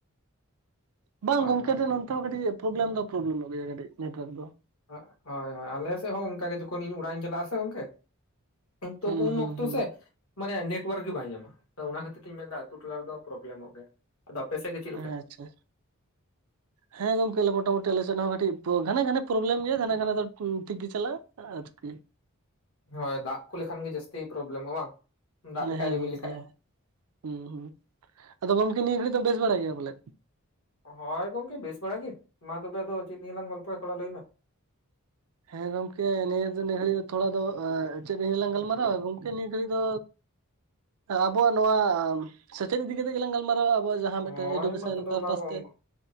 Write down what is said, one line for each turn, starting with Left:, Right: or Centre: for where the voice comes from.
Right: ᱾ ᱵᱟᱝ
Left: ᱦᱳᱭ
Right: ᱜᱚᱝᱠᱮ
Left: ᱦᱳᱭ
Right: ᱫᱚᱼᱼ ᱱᱚᱛᱮ ᱦᱚᱸ ᱠᱟᱹᱴᱤᱡ ᱯᱨᱚᱵᱽᱞᱢ ᱫᱚ ᱯᱨᱚᱵᱞᱮᱢᱚᱜ ᱜᱮᱭᱟ ᱠᱟᱹᱴᱤᱡ ᱱᱮᱴᱚᱣᱟᱨᱠ ᱫᱚ ᱾
Left: ᱦᱳᱭ ᱦᱳᱭ ᱟᱞᱮ ᱥᱮᱫ ᱦᱚᱸ ᱚᱱᱠᱟ ᱜᱮ ᱡᱚᱠᱷᱚᱱ ᱤᱧ ᱚᱲᱟᱜ ᱤᱧ ᱪᱟᱞᱟᱜ ᱟᱥᱮ ᱜᱚᱝᱠᱮᱼᱼ ᱛᱚ
Right: ᱦᱩᱸ
Left: ᱩᱱ
Right: ᱦᱩᱸ
Left: ᱚᱠᱛᱚ
Right: ᱦᱩᱸ᱾
Left: ᱥᱮ ᱢᱟᱱᱮ ᱱᱮᱴᱚᱣᱟᱨᱠ ᱜᱮ ᱵᱟᱭ ᱧᱟᱢᱟ ᱾ ᱚᱱᱟ ᱠᱷᱟᱹᱛᱤᱨ ᱛᱤᱧ ᱢᱮᱱᱫᱟ ᱟᱛᱩ ᱴᱚᱞᱟ ᱨᱮᱫᱚ ᱯᱨᱚᱵᱼᱼ ᱯᱨᱚᱵᱞᱢᱚᱜ ᱜᱮᱭᱟ᱾ ᱟᱫᱚ ᱟᱯᱮ ᱥᱮᱫ ᱪᱮᱼᱼ
Right: ᱦᱮᱸᱻᱟᱪᱷᱟᱻᱟᱪᱷᱟ᱾ ᱦᱮᱸ ᱜᱚᱝᱠᱮ ᱢᱚᱴᱟᱢᱩᱴᱤ ᱟᱞᱮ ᱥᱮᱫ ᱦᱚᱸ ᱠᱟᱹᱴᱤᱡ ᱜᱷᱟᱱᱮ ᱜᱷᱟᱱᱮ ᱯᱨᱽᱞᱮᱢ ᱜᱮᱭᱟ ᱜᱷᱟᱱᱮ ᱜᱷᱟᱱᱮ ᱫᱚ ᱴᱷᱤᱠ ᱜᱮ ᱪᱟᱞᱟᱜᱼᱟ᱾ ᱟᱨᱠᱤᱼᱼ
Left: ᱦᱳᱭ ᱫᱟᱜ ᱠᱚ ᱞᱮᱠᱷᱟᱱ ᱜᱮ ᱡᱟᱹᱥᱛᱤ ᱯᱨᱚᱵᱞᱮᱢᱚᱜᱼᱟ ᱵᱟᱝ ᱫᱟᱜ
Right: ᱦᱮᱸ
Left: ᱞᱮᱠᱷᱟᱱ
Right: ᱦᱮᱸ
Left: ᱨᱤᱢᱤᱞ
Right: ᱜᱚᱝᱠᱮ
Left: ᱞᱮᱠᱷᱟᱡᱼᱮ᱾
Right: ᱦᱮᱸ ᱦᱩᱸ ᱦᱩᱹ᱾ ᱟᱫᱚ ᱜᱚᱝᱠᱮ ᱱᱤᱭᱟᱹ ᱜᱷᱟᱹᱲᱤᱡ ᱫᱚ ᱵᱮᱥ ᱵᱟᱲᱟᱭ ᱜᱮᱭᱟ ᱵᱚᱞᱮ?
Left: ᱦᱳᱭ ᱜᱚᱝᱠᱮ ᱵᱮᱥ ᱵᱟᱲᱟ ᱜᱮ ᱾ ᱢᱟ ᱛᱚᱵᱮ ᱟᱫᱚ ᱪᱮᱫ ᱱᱤᱭᱟᱹ ᱞᱟᱝ ᱜᱚᱞᱯᱚᱭᱟ ᱛᱷᱚᱲᱟ ᱞᱟᱹᱭ ᱢᱮ?
Right: ᱦᱮᱸ ᱜᱚᱝᱠᱮ ᱱᱤᱭᱟᱹ ᱫᱚ ᱱᱤᱭᱟᱹ ᱜᱷᱟᱹᱲᱤᱡ ᱫᱚ ᱛᱷᱚᱲᱟ ᱫᱚ ᱪᱮᱫ ᱨᱮ ᱞᱟᱝ ᱜᱟᱞᱢᱟᱨᱟᱣᱟ ᱜᱚᱝᱠᱮ ᱱᱤᱭᱟᱹ ᱜᱷᱟᱹᱲᱤᱡ ᱫᱚᱼᱼ ᱟᱵᱚᱣᱟᱜ ᱱᱚᱣᱟ ᱥᱮᱪᱮᱫ ᱤᱫᱤ ᱠᱟᱛᱮ ᱜᱮᱞᱟᱝ ᱜᱟᱞᱢᱟᱨᱟᱣᱟ ᱾ ᱟᱵᱚᱣᱟᱜ ᱡᱟᱦᱟᱸ
Left: ᱦᱳᱭ
Right: ᱢᱤᱫᱴᱮᱱ ᱮᱰᱩᱠᱮᱥᱚᱱ
Left: ᱢᱟ ᱛᱚᱵᱮ
Right: ᱯᱟᱨᱯᱟᱥ
Left: ᱢᱟ ᱜᱚᱝ
Right: ᱛᱮ ᱾